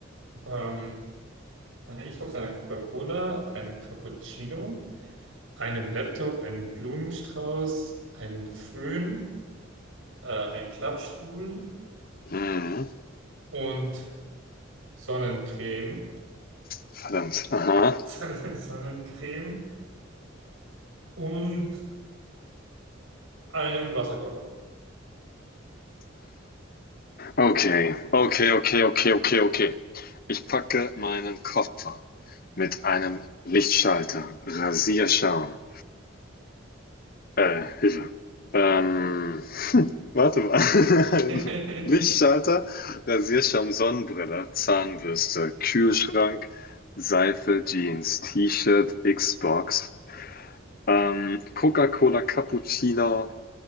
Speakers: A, on the right; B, on the left.
A: ähm, eine Xbox, eine Coca-Cola, einem Cappuccino. einem Laptop, einen Blumenstrauß, einen Föhn, äh, einen Klappstuhl
B: mhm,
A: und Sonnencreme,
B: verdammt, aha.
A: <laughs> Sonnencreme und einem Wasserkocher.
B: Okay, okay, okay, okay, okay, okay. Ich packe meinen Koffer. Mit einem Lichtschalter, Rasierschaum, äh, Hilfe, ähm, warte mal.
A: <laughs>
B: <laughs> Lichtschalter, Rasierschaum, Sonnenbrille, Zahnbürste, Kühlschrank, Seife, Jeans, T-Shirt, Xbox, ähm, Coca-Cola, Cappuccino,